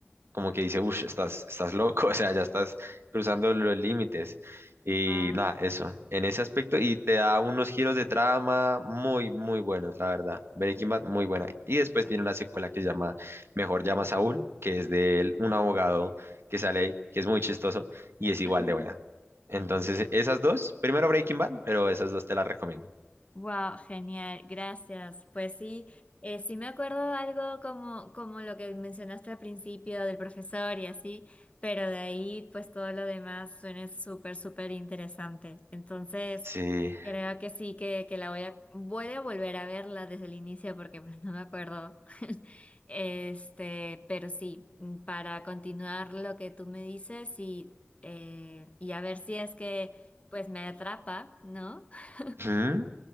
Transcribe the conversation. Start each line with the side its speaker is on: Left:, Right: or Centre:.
Right: como que dice, uff, estás, estás loco, <laughs> o sea, ya estás cruzando los límites. Y
Left: wow.
Right: nada, eso, en ese aspecto, y te da unos giros de trama muy, muy buenos, la verdad. Breaking Bad, muy buena. Y después tiene una secuela que se llama Mejor llama a Saúl, que es de él, un abogado que sale, ahí, que es muy chistoso y es igual
Left: <laughs>
Right: de buena. Entonces, esas dos, primero Breaking Bad, pero esas dos te las recomiendo.
Left: Wow, genial, gracias. Pues sí, eh, sí me acuerdo algo como, como lo que mencionaste al principio del profesor y así, pero de ahí pues todo lo demás suena súper, súper interesante. Entonces,
Right: Sí.
Left: creo que sí, que, que la voy a, voy a volver a verla desde el inicio porque pues no me acuerdo. <laughs> Este, pero sí, mm, para continuar lo que tú me dices y, eh, y a ver si es que pues me atrapa, ¿no? <laughs>
Right: Ujú.